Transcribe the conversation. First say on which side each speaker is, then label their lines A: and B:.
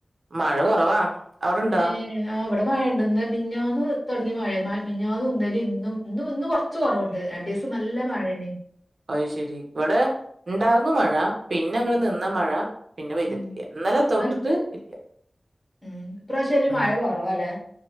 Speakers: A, on the right; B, on the left.
A: മഴ കുറവാ അവിടെ ഉണ്ടോ
B: മ്മ് ആ ഇവിടെ മഴയുണ്ട് ന്ന് മിനഞ്ഞാന്ന് തുട ങ്ങിയ മഴ മിനത്താണ് ഇന്നലെയും ഇന്നും ഇന്നും ഇന്നും കൊറച്ച് കുറവുണ്ട് രണ്ട് ദിവസം നല്ല മഴന്നെ
A: അത് ശരി ഇവിടെ ഇണ്ടാറുന്നു മഴ പിന്നെ
B: ഉം.
A: അങ്ങ് നിന്ന മഴ പിന്നെ പെയ്തിട്ടില്ല
B: ഉം.
A: ഇന്നലെ തൊട്ടിട്ട്
B: എന്നാലും
A: ഇല്ല
B: ഉം. ഇപ്രാവശ്യം അയില്
A: ഉം
B: മഴ കൊറവാല്ലേ?